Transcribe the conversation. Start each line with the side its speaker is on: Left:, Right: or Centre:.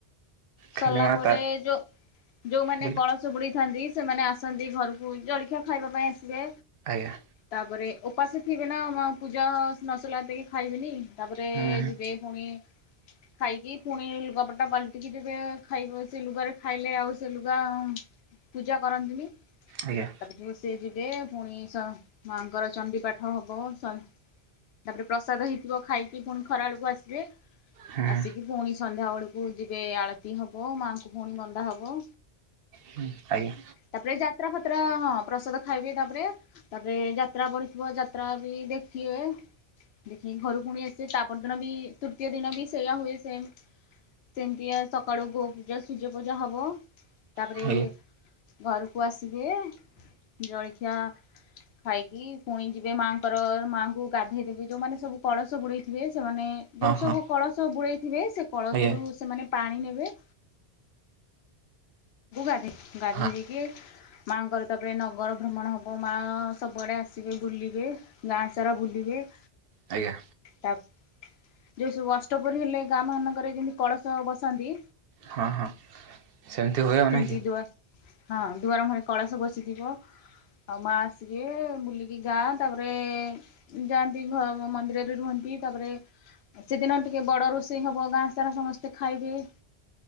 Left: ସରିଲା
Right: ଖାଲି ମା
Left: ପରେ
Right: ତା
Left: ଯୋଉ ଯୋଉମାନେ
Right: ବୋଲି
Left: କଳସ ସ ବୁଡ଼େଇଥାନ୍ତି ସେମାନେ ଆସନ୍ତି ଘରକୁ, ଜଳିଖିଆ ଖାଇବା ପାଇଁ ଆସିବେ।
Right: ଆଜ୍ଞା।
Left: ତାପରେ ଓପାସ ଥିବେ ନା ମ୍ ପୂଜା ନସରିଲା ହାତେ ଖାଇବେନି, ତାପରେ
Right: ହୁଁ ହୁଁ
Left: ଯିବେ ପୁଣି ଖାଇକି, ପୁଣି ଲୁଗାପାଟା ପାଲଟିିକି ଯେବେ ଆଉ ଖାଇବ ସେ ଲୁଗାରେ ଖାଇଲେ, ଆଉ ସେ ଲୁଗା ପୂଜା କରନ୍ତିନି।
Right: ଆଜ୍ଞା।
Left: ତାପରେ ଯୋଉ ସେ ଯିବେ, ପୁଣି ସ ମାଆଙ୍କର ଚଣ୍ଡୀ ପାଠ ହବ। ସ ତାପରେ ପ୍ରସାଦ ହେଇଥିବ ଖାଇକି ପୁଣି ଖରା ବେଳୁକୁ ଆସିବେ,
Right: ହୁଁ
Left: ଆସିକି ଫୁଣି ସନ୍ଧ୍ୟା ବେଳୁକୁ ଯି ଏବେ ଆଳତୀ ହବ, ମାଙ୍କୁ ଫୁଣି ବନ୍ଦା ହବ।
Right: ହୁଁ ଆଜ୍ଞା।
Left: ତାପରେ ଯାତ୍ରା ଫାତ୍ରା, ହଁ ପ୍ରସାଦ ଖାଇବେ ତାପରେ ତାପରେ ଯାତ୍ରା ପଡିଥିବ, ଯାତ୍ରା ବି ଦେଖିବେ। ଦେଖିବେ ଘରୁକୁୁ ଫୁଣି ଆସିବେ, ତାପର୍ ଦିନ ବି ତୃତୀୟ ଦିନ ବି ସେଇୟା ହୁଏ ସେମ୍। ସେମିତିଆ ସକାଳୁ ଗୋପୂଜା ସୂର୍ଯ୍ୟପୂଜା ହବ, ତାପରେ
Right: ହଁ
Left: ଘରକୁ ଆସିବେ ଜଳିଖିଆ ଖାଇକି ପୁଣି ଯିବେ ମାଆଙ୍କର, ମାଆଙ୍କୁ ଗାଧେଇ ଦେବେ ଯୋଉମାନେ ସବୁ କଳସ ବୁଡ଼େଇ ଥିବେ। ସେମାନେ ଯୋଉ
Right: ହଁ
Left: ସବୁ କଳସ ବୁଡ଼େଇ ଥିବେ, ସେ କଳସରୁ
Right: ଆଜ୍ଞା
Left: ସେମାନେ ପାଣି ନେବେ। <unintelligible> ଗାଧେଇ ଗାଧେଇ
Right: ହଁ
Left: ଦେଇକି ମାଆଙ୍କର ତାପରେ ନଗର ଭ୍ରମଣ ହବ, ମାଆ ସବୁଆଡ଼େ ଆସିବେ ବୁଲିବେ। ଗାଁ ସାରା ବୁଲିବେ।
Right: ଆଜ୍ଞା
Left: ତାପ୍ ଯୋଉ ସବୁ ଅଷ୍ଟପ୍ରହରୀ ହେଲେ, ଗାଁ ମାନଙ୍କରେ ଯେମିତି କଳସ ବସାନ୍ତି
Right: ହଁ -ହଁ। ସେମିତି ହୁଏ ଆଉ।
Left: ସେମିତି
Right: ନାଇଁ କି
Left: ଦୁଆରେ ହଁ ଦୁଆର ମୁହଁରେ କଳସ ବସିଥିବ। ଆଉ ମାଆ ଆସିବେ ବୁଲିକି ଗାଁ, ତାପରେ ଯାଆନ୍ତି ଘ ମନ୍ଦିରରେ ରୁହନ୍ତି, ତାପରେ ସେଦିନ ଟିକେ ବଡ଼ ରୋଷେଇ ହବ, ଗାଁ ସାରା ସମସ୍ତେ ଖାଇବେ।